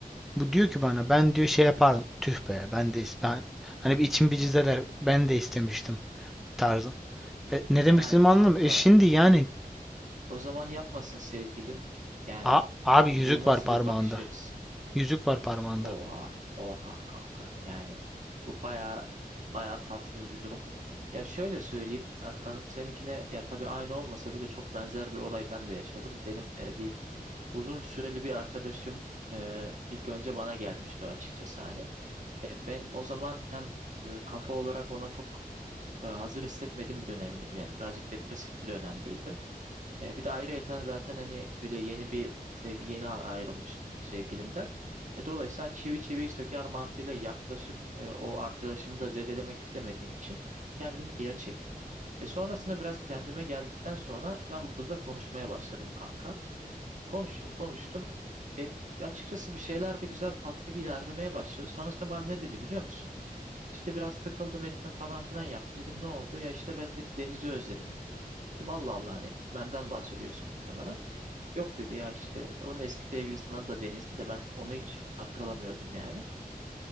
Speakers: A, in the centre; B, on the right.
A: Bu diyor ki bana
B: hı
A: ben
B: hı.
A: diyor şey yapardım. Tüh be ben de is- ben hani bir içim bir cız Ben de istemiştim tarzı. E, ne demek
B: Yani
A: istediğimi
B: kanka
A: anladın mı? E şimdi yani
B: O zaman yapmasın sevgili. Yani
A: a- abi
B: hani
A: yüzük
B: bu nasıl
A: var parmağında.
B: bir bakış açısı?
A: Yüzük var parmağında.
B: Oha, oha kanka. Yani bu baya baya tatsız bir durum. Ya şöyle söyleyeyim Erkan'ım seninkine ya tabii aynı olmasa bile çok benzer bir olay ben de yaşadım. Benim e, bir uzun süreli bir arkadaşım e, ilk önce bana gelmişti açıkçası hani. E, benim o zaman hem e, kafa olarak ona çok e, hazır hissetmediğim bir dönemdim. Yani birazcık depresif bir dönemdeydim. E, bir de ayrıyeten zaten hani böyle yeni bir sevgi yeni a- ayrılmıştım sevgilimden. E, dolayısıyla hani çivi çiviyi söker mantığıyla yaklaşıp e, o arkadaşımı da zedelemek istemediğim için kendimi geri çektim. E, sonrasında biraz kendime geldikten sonra ben bu kızla konuşmaya başladım kanka. Konuştum konuştum. E, açıkçası bir şeyler de güzel tatlı ilerlemeye başladı. Sonrasında bana ne dedi biliyor musun? İşte biraz sıkıldım ettim falan filan yaptı. Dedim ne oldu? Ya işte ben de denizi özledim dedi. Dedim Allah Allah hani benden bahsediyorsun muhtemelen. Yok dedi ya işte onun eski sevgilisinin adı da Deniz'di de ben onu hiç hatırlamıyordum yani.